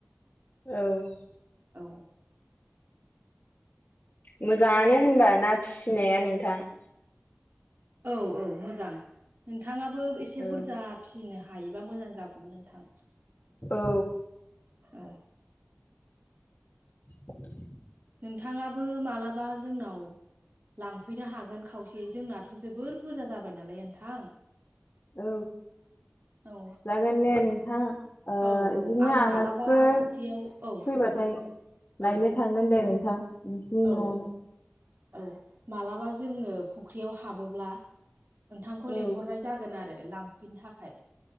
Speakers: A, on the left (about 50°); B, on the right (about 60°).
A: औ
B: औ
A: मोजाङानो होनबा ना फिसिनाया नोंथाङ
B: औ औ मोजां नोंथा थाङाबो एसे
A: औ
B: बुरजा फिसिनो हायोबा मोजां जागौमोन नोंथां
A: औ
B: औ
A: <inaudible>
B: नोंथाङाबो मालाबा जोंनाव लांफैनो हागोन खावसे जोंनाथ' जोबोर बुरजा जाबाय नालाय नोंथां
A: औ
B: औ
A: जागोन दे नोंथां ओ
B: औ
A: बिदिनो
B: औ आं
A: आलासिफोर
B: मालाबा फुख्रियाव औ
A: फैबाथाय लायनो
B: औ
A: थांगोन दे नों नोंसिनि
B: औ
A: न'वावनो
B: औ औ मालाबा जोङो फुख्रियाव हाबोब्ला नोंथांखौ
A: औ
B: लेंहरनाय जागोन आरो लांफैनो थाखाय